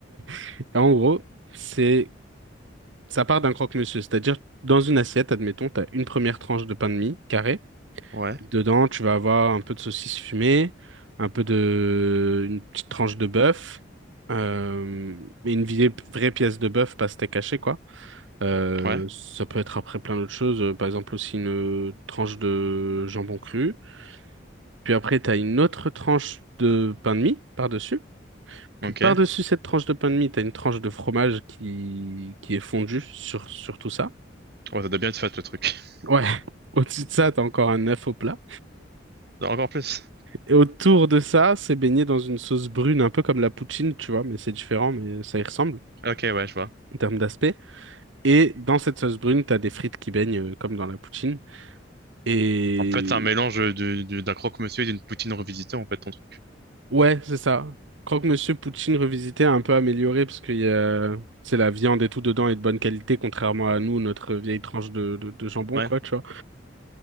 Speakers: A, on the right; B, on the right.
A: <laughs> Et En gros, c'est ça part d'un croque-monsieur. C'est-à-dire, dans une assiette, admettons, t'as une première tranche de pain de mie carré.
B: Ouais,
A: Dedans, tu vas avoir un peu de saucisse fumée, un peu de, une petite tranche de bœuf, euh, et une vieille- vraie pièce de bœuf, pas steak haché, quoi. Euh,
B: ouais,
A: ça peut être après plein d'autres choses, euh, par exemple aussi une tranche de jambon cru. Puis après, t'as une autre tranche de pain de mie par-dessus. Puis
B: ok.
A: par-dessus cette tranche de pain de mie, t'as une tranche de fromage qui, qui est fondue sur, sur tout ça.
B: Ouais, ça doit bien être fat le truc. <laughs>
A: Ouais. <laughs> Au-dessus de ça, t'as encore un œuf au plat.
B: Non, encore plus.
A: Et autour de ça, c'est baigné dans une sauce brune, un peu comme la poutine, tu vois, mais c'est différent, mais ça y ressemble
B: Ok, ouais, je vois.
A: en termes d'aspect. Et dans cette sauce brune, t'as des frites qui baignent euh, comme dans la poutine. Et
B: En fait, c'est un mélange du- du- d'un croque-monsieur et d'une poutine revisitée, en fait. ton truc.
A: ouais, c'est ça. Croque-monsieur poutine revisité a un peu amélioré parce qu'il y a, c'est la viande et tout dedans est de bonne qualité, contrairement à nous, notre vieille tranche de, de, de jambon,
B: Ouais.
A: quoi, tu vois.